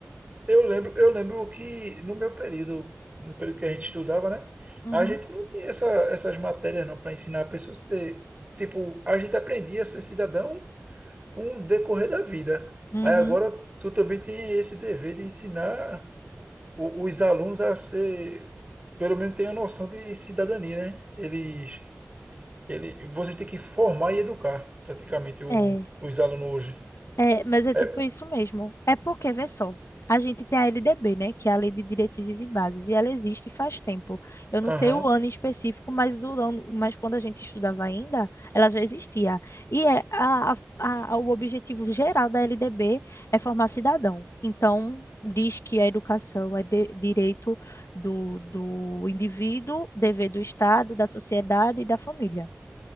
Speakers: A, on the right; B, on the left.
A: Eu lembro, eu lembro que no meu período, no período que a gente estudava, né?
B: Uhum.
A: A gente não tinha essa, essas matérias não para ensinar pessoas a ter, tipo, a gente aprendia a ser cidadão com o decorrer da vida.
B: Uhum.
A: Aí agora tu também tem esse dever de ensinar o- os alunos a ser, pelo menos ter a noção de cidadania, né? Eles, ele, você tem que formar e educar praticamente o,
B: É,
A: os alunos hoje.
B: é, mas é tipo
A: É,
B: isso mesmo. É porque, vê só, a gente tem a LDB, né, que é a Lei de Diretrizes e Bases, e ela existe faz tempo. Eu não sei
A: aham,
B: o ano em específico, mas o ano, mas quando a gente estudava ainda, ela já existia. E é a, a, a- o objetivo geral da LDB é formar cidadão. Então, diz que a educação é de- direito do, do indivíduo, dever do Estado, da sociedade e da família.